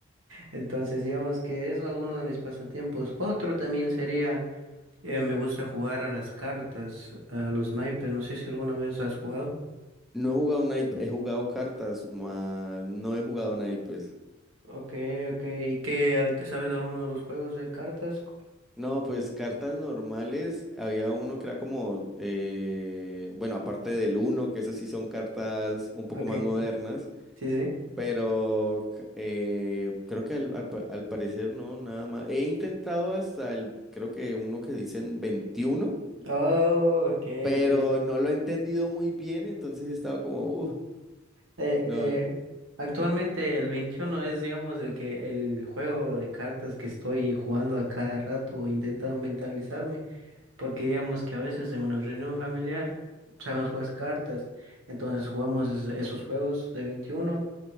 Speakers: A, on the right; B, in the centre.
A: Entonces, digamos que es alguno de mis pasatiempos. Otro también sería, eh, me gusta jugar a las cartas, a los naipes. No sé si alguna vez has jugado.
B: No he jugado naipes, he jugado cartas, más no he jugado naipes.
A: Ok, ok. ¿Y qué, al- qué sabes de alguno de los juegos de cartas?
B: No, pues cartas normales, había uno que era como, eh, bueno, aparte del uno, que eso sí son cartas un poco
A: Ok,
B: más modernas,
A: sí, sí.
B: pero c- eh, creo que al, al pa- al parecer no, nada más. He intentado hasta el, creo que uno que dicen 21
A: Oh, ok,
B: pero
A: ok, sí.
B: no lo he entendido muy bien, entonces he estado como, uff,
A: Eh,
B: no,
A: eh, actualmente el 21 es, digamos, el que el juego de cartas que estoy jugando a cada rato o intentando mentalizarme, porque digamos que a veces en una reunión familiar sabemos jugar cartas, entonces jugamos es- esos juegos de 21